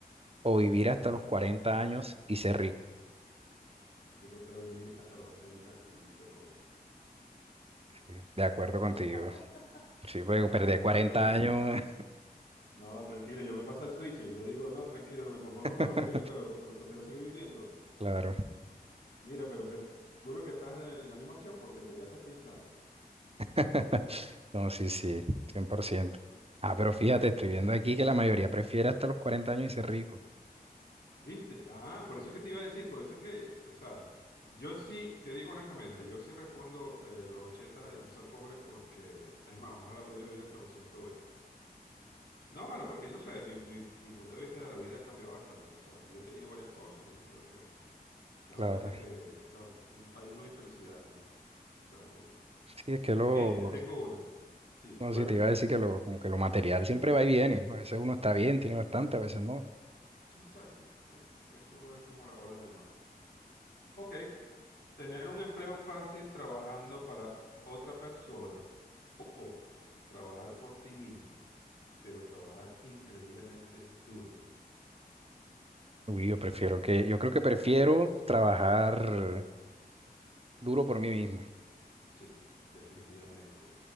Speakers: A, on the right; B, on the left.
A: o vivir hasta los 40 años y ser rico?
B: yo prefiero vivir hasta los 80 y ser pobre.
A: Sí, De acuerdo contigo.
B: <laughs>
A: Sí, porque
B: No,
A: perder
B: mano,
A: cuarenta
B: la, vi- la vi-
A: años,
B: No, tranquilo, yo me paso al switch. Yo digo, no, tranquilo, me conformo
A: <laughs>
B: con lo que tenga, pero, pero prefiero seguir viviendo.
A: claro.
B: Mira, pero seguro que estás en, el- en la misma opción porque te quedaste pensando.
A: <laughs> No, sí, sí, cien por ciento Ah, pero
B: Mm,
A: fíjate, estoy viendo aquí que la mayoría prefiere hasta los 40 años y ser rico.
B: ¿Viste? Ah, por eso es que te iba a decir, por eso es que, o sea, yo sí, te digo honestamente, yo sí respondo eh, los 80 y ser pobre porque, es más, ojalá pudiera vivir hasta los 120. No, mano, porque no sé, mi, mi, mi punto de vista de la vida ha cambiado bastante. O sea, yo he tenido varias cosas y creo que me
A: Claro.
B: he dado cuenta que la- ahí no hay felicidad, en- en- realmente.
A: Sí, es que lo,
B: Bien, te tengo una. Sí,
A: no
B: bueno,
A: sé, te iba a decir que lo, como que lo material siempre va y viene. A veces uno está bien, tiene bastante, a veces no.
B: exacto. Sí, eso es como las olas del mar. Ok, tener un empleo fácil trabajando para otra persona o trabajar por ti mismo, pero trabajar increíblemente duro.
A: Uy, yo prefiero que, yo creo que prefiero trabajar duro por mí mismo.
B: Sí, definitivamente.